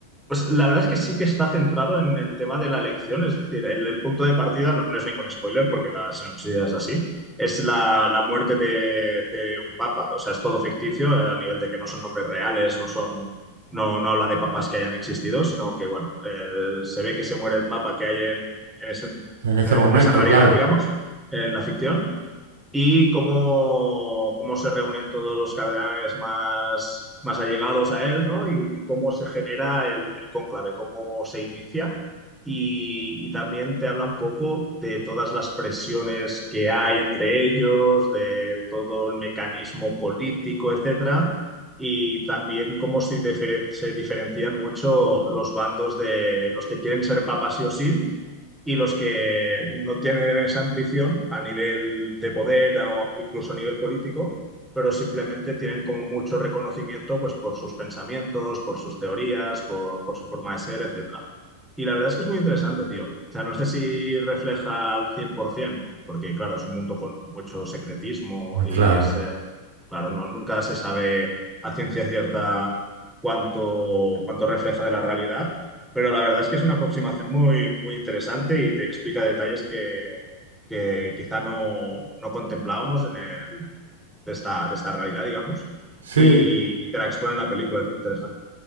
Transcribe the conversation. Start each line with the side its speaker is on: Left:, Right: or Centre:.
Centre: Pues la verdad es que sí que está centrado en el tema de la elección, es decir, el, el punto de partida no, no es ningún spoiler porque la sinopsis ya es así. Es la, la muerte de, de un papa, o sea, es todo ficticio eh, a nivel de que no son nombres reales, no son, no, no habla de papas que hayan existido, sino que, bueno, eh, se ve que se muere el papa que hay en, en ese- en-
Right: En ese
Centre: en
Right: momento,
Centre: esa realidad,
Right: claro.
Centre: digamos, en la ficción y cómo, cómo se reúnen todos los cardenales más, más allegados a él, ¿no? Y, y cómo se genera el, el cónclave, cómo se inicia. Y, y también te habla un poco de todas las presiones que hay entre ellos, de todo el mecanismo político, etcétera. Y también cómo se, difere- se diferencian mucho los bandos de los que quieren ser papas sí o sí y los que no tienen esa ambición a nivel de poder o incluso a nivel político, pero simplemente tienen como mucho reconocimiento pues, por sus pensamientos, por sus teorías, por, por su forma de ser, etcétera. Y la verdad es que es muy interesante, tío. O sea, no sé si refleja al 100%, porque claro, es un mundo con mucho secretismo
Right: Eh, Claro.
Centre: y es, eh, claro, no- nunca se sabe a ciencia cierta cuánto, cuánto refleja de la realidad, pero la verdad es que es una aproximación muy, muy interesante y te explica detalles que, que quizá no, no contemplábamos en el, de esta, de esta realidad, digamos,
Right: Sí,
Centre: y, y te la expone en la película, es muy interesante.